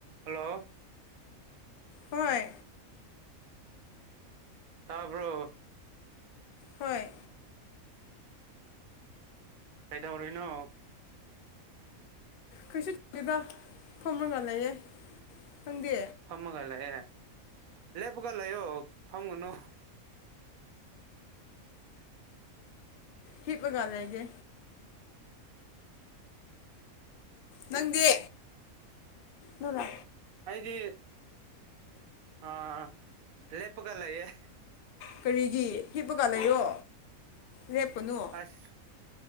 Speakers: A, on the right; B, on the left.
A: hello
B: ꯍꯣꯏ
A: ꯇꯥꯞ꯭ꯔꯣ
B: ꯍꯣꯏ
A: ꯀꯩꯗꯧꯔꯤꯅꯣ
B: ꯀꯩꯁꯨ ꯇꯧꯕ ꯐꯣꯝꯃꯒ ꯂꯩꯌꯦ ꯅꯪꯗꯤ
A: ꯐꯃꯒꯂ ꯑꯦ ꯂ ꯀ ꯂꯩꯌꯣ ꯐꯪꯉꯨꯅꯨ
B: ꯍꯤ ꯄꯒ ꯂꯦꯒꯦ ꯅꯪꯗꯤ ꯅꯂ
A: ꯑꯩꯗꯤ ꯑ ꯂꯦꯄꯒꯂꯌꯦ
B: ꯀꯔꯤꯒꯤ ꯍꯤꯞꯄꯒ ꯂꯩꯔꯣ ꯂꯦꯞꯄꯅꯣ
A: ꯑꯁ